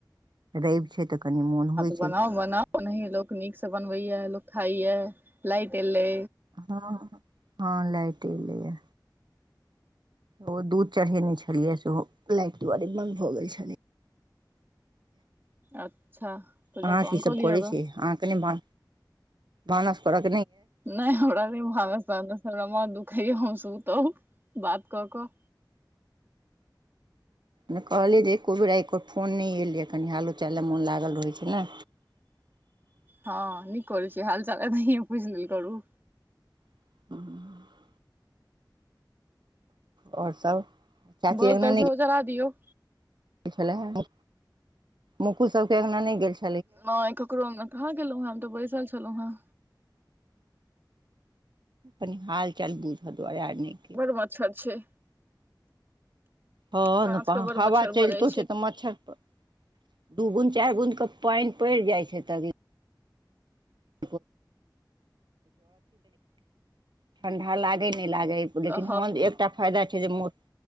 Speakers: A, on the right; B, on the right.
A: रैब छै तऽ कनि मोन होय
B: बनाउ-बनाउ नहि लोक नीक से बनवे या, लोक खाय या, लाइट एलै।
A: हां-हां लाइट एले या। ओ दूध चढ़ेने छलियै सेहो लाइट दुआरे बन्द भऽ गेल छलै।
B: अच्छा तऽ जाकऽ
A: अहाँ
B: ऑन
A: की
B: कऽ
A: सब
B: लिअ
A: करै
B: ग
A: छी अहाँ के नै भा भानस करब।
B: नै हमरा अभी भानस-तानस हमरा माथ दु खाए या हम सुतब बात कऽ क।
A: नै कहलियै जे एको बेर आय एकोर फोन नै एलैया, कनि हालो-चाल लए मोन लागल रहै छै नै।
B: हां निक करै छी हाल-चाल एन्हिये पुछ लेल करू।
A: <unintelligible> और सब चाची
B: बौल-तौल
A: अङ्गना
B: सेहो
A: नहि
B: जरा दियौ।
A: छलै हे, मु मुकुल सबके अंगना नै गेल छ
B: नै ककरो अंगना कहाँ गेलौ हेँ हम तऽ बैसल छलौ हेँ।
A: तनी हाल-चाल बूझा दुआरे आर नहि गेल
B: बड़ मच्छर छै।
A: हां
B: साँझ
A: नै प
B: के बड़
A: हवा
B: मच्छर
A: चैलतो
B: भऽ जाइ
A: छै तऽ मच्छर प दू बूंद, चार बूंद के पेएन पैड़ जाय छै तनी <unintelligible> ठंढा लागै नै लागे लेकिन
B: हँ
A: हां एकटा फायदा छै जे मो